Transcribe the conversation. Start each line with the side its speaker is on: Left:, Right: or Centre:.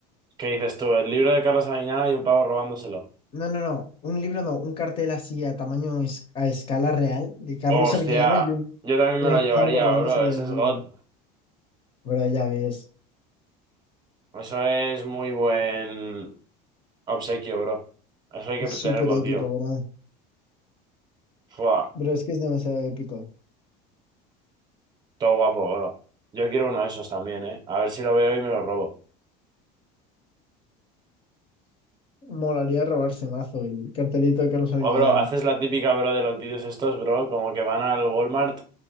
Right: ¿Qué dices tú? El libro de Carlos Arguiñano y un pavo robándoselo.
Left: No, no, no, un libro no, un cartel así a tamaño, es- a escala real de Carlos
Right: Hostia,
Left: Sevillano y un,
Right: yo también
Left: y
Right: me lo
Left: un
Right: llevaría,
Left: jambo robándoselo
Right: bro. Ese
Left: del
Right: es
Left: líder.
Right: God.
Left: Bro, ya ves,
Right: Eso es muy buen obsequio, bro. Eso hay
Left: súper
Right: que tenerlo,
Left: épico,
Right: tío.
Left: bro.
Right: Fua,
Left: Bro, es que es demasiado épico.
Right: todo guapo, bro. Yo quiero uno de esos también, ¿eh? A ver si lo veo y me lo robo.
Left: Molaría robarse mazo el cartelito de Carlos Sevillano.
Right: O, bro, haces la típica, bro, de los vídeos estos, bro, como que van al Walmart